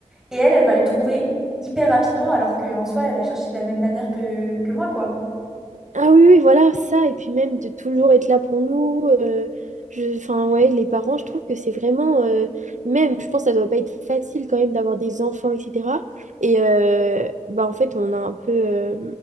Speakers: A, in the centre; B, on the right.
A: et elle, elle va le trouver hyper rapidement alors qu'en soi, elle a cherché de la même manière que, que moi, quoi.
B: Ah oui, oui, voilà, ça, et puis même de toujours être là pour nous. euh, je, enfin, ouais, les parents, je trouve que c'est vraiment, euh, même, je pense que ça doit pas être facile quand même d'avoir des enfants, etc. Et euh, bah, en fait, on a un peu, euh,